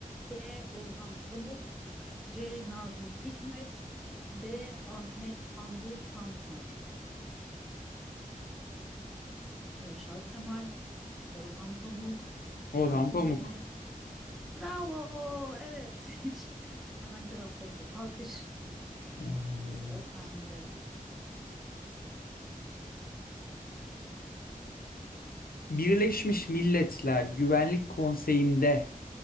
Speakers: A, in the centre; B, on the left (about 80°).
A: B. Orhan Pamuk, C. Nazım Hikmet, D. Ahmet Hamdi Tanpınar. Yaşar Kemal, Orhan Pamuk,
B: Orhan
A: Nazım
B: Pamuk.
A: Hikmet, Bravo. Evet. <laughs> Hiç hemen cevapladın. Alkış.
B: Evet.
A: Sıra sende.
B: Birleşmiş Milletler Güvenlik Konseyi'nde